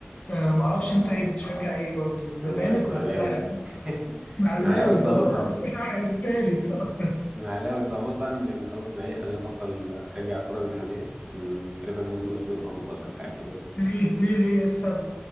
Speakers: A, on the left; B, on the right.
A: فمعرفش
B: آه
A: انت ايه بتشجع ايه برضو الزمالك
B: أنا إسماعيلاوي
A: ولا الاهلي؟
B: <laughs>
A: اهلاوي
B: إسماعيلاوي سابقا
A: اه <laughs> التالت آه.
B: اسماعيلاوي سابقا لان خلاص اسماعيلي خلينا بطل اشجع الكره المحليه من تقريبا موسم 2018 حاجه كده يعني
A: ليه ليه ليه السبب